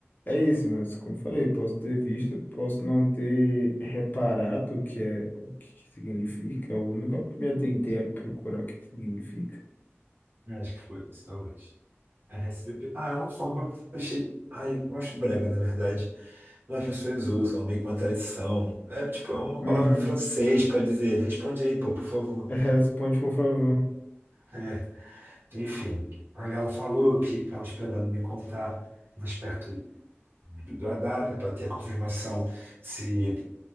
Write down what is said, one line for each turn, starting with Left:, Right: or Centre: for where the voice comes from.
Left: É isso, mas como eu falei, eu posso ter visto, eu posso não ter reparado o que é, o que que significa, ou nunca me atentei a procurar o que que significa.
Right: Eu Acho que foi, isso é hoje. RSVP. Ah, é uma forma que eu achei. Ai, eu acho brega, na verdade. Mas as pessoas usam, meio que uma tradição. É tipo, é uma
Left: Uhum.
Right: palavra em francês para dizer, responde aí, pô, por favor.
Left: Responde, por favor.
Right: É, enfim. Aí ela falou que estava esperando me contar mais perto do- da data para ter a confirmação se